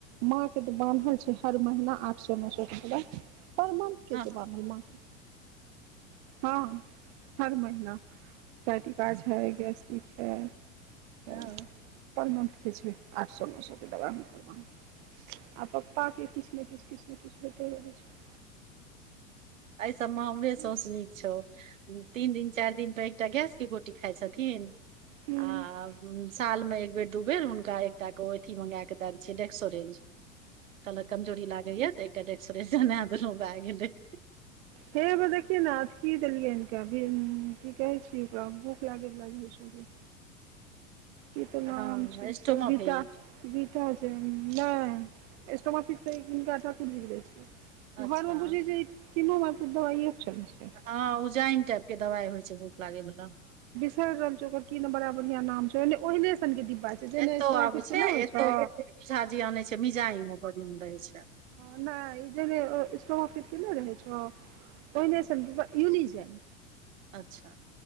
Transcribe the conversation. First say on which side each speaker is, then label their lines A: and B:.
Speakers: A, on the right; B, on the right.
A: माँ के तऽ बान्हल छै हर महीना आठ सो न सौ रूपया परमंथ के
B: हँ
A: छै बानहल माँ के हँ हर महिना कटिका छै, गेस्टिक छै तऽ
B: हँ
A: परमंथ के छै आठ सौ नसौ के दबा हुनकर माँ के आ पप्पा के किछु ने किछु, किछु ने किछु होइते रहै छै
B: एहि सब मे हमरे सौस
A: ह
B: नीक छौ। तीन दिन चारि दिन पर एकटा गेस गोटी खाइ छथिन
A: ह
B: आ साल मे एक एक बेर दू बेर हुनका एकटा को एथी मंगााक द दै छिय डेक्सोरेंज कहलक कमजोरी लागैया तऽ एकटा सोरे सुनेदलौ भए गेलै
A: हे ब देखी न अथि की देलियै इनकाभी की कहै छी ओरा भूख लागे वाला होता छेलै ई त
B: हँ
A: नाम छैय
B: स्टोमा
A: सविता
B: पेट
A: बीटा जयम नै स्टोमाफिट दही हिनका ठाकुर जी के दैत्य
B: अच्छा
A: छीयैन घरमे बुझै छैय तीनू मैपुत दवाइ पर चलै छै त
B: हँ उजाइम टाइप के दवाइ होइ छैय भूख लागे बला
A: फेर रानचो कि नामंब कि बरिया ओहिहने सन के डिबा छै जेहने
B: एतो
A: स्टोमाफिट
B: आबे छैय
A: के नहि होइ
B: एतो
A: छौ
B: झाजी आनै छैय मिजा ह मे बन रहै छै
A: नाई जैसे स्टोमाफिट केने रहे छ ओहिने
B: हँ,
A: सन डिब्बा यूनिज़ाम
B: अच्छा